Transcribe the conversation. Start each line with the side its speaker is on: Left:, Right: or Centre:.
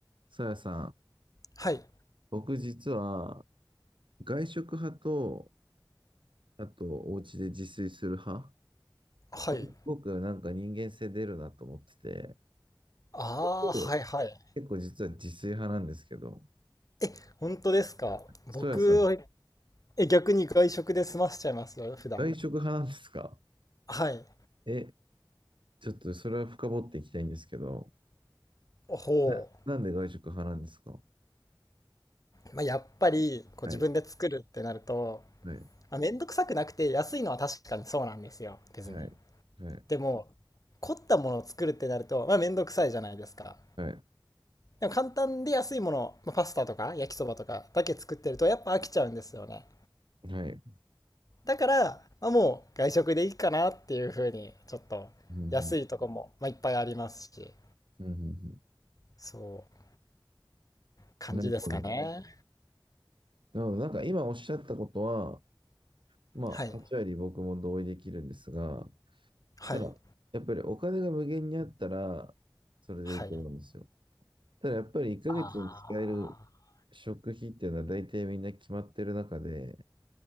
Right: さやさん、
Left: はい。
Right: 僕実は外食派と、あとお家で自炊する派、
Left: はい。
Right: これすごくなんか人間性出るなと思ってて、
Left: ああ、
Right: 僕
Left: はいはい。
Right: 結構実は自炊派なんですけど、
Left: え、本当ですか僕は、
Right: そやさん、
Left: え、逆に外食で済ませちゃいますよ、普段。
Right: 外食派なんですか
Left: はい。
Right: え、ちょっとそれは深掘っていきたいんですけど、
Left: ほう。
Right: な、なんで外食派なんですか
Left: まあ、やっぱり、こう自分で作るってなると、
Right: はい、はい、
Left: まあ、めんどくさくなくて安いのは確かにそうなんですよ、別に。
Right: はい、はい、
Left: でも、凝ったものを作るってなると、まあ、めんどくさいじゃないですか。
Right: はい、
Left: でも簡単で安いもの、まあ、パスタとか焼きそばとかだけ作ってると、やっぱ飽きちゃうんですよね。
Right: はい。
Left: だから、まあ、もう外食でいいかなっていう風に、ちょっと安いとこも、
Right: うんうん
Left: まあ、いっぱいありますし、
Right: うんうんうん
Left: そう、感じですかね。
Right: なるほど。なので、なんか今おっしゃったことは、まあ、
Left: はい。
Right: 8割僕も同意できるんですが、
Left: はい。
Right: ただ、やっぱりお金が無限にあったら、それでいいと思うんですよ。
Left: はい。
Right: ただ、やっぱり1ヶ月に使える
Left: あ
Right: 食費っていうのは大体みんな決まってる中で、